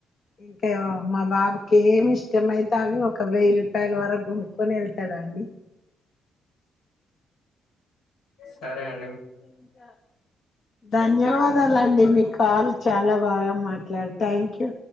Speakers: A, on the left; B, on the left.
A: ఇంకా ఏవో మా బాబుకి ఏమి ఇష్టమై తె అవి ఒక వెయ్యి రూపాయల వరకు గునుకుొని వెళ్తాడు అండి
B: సరే అం
A: ఇంకా ధన్యవాదాలండి
B: అనిపించింది బాయ్
A: మీ కాల్ చాలా బాగా మాట్లా థ్యాంక్ యూ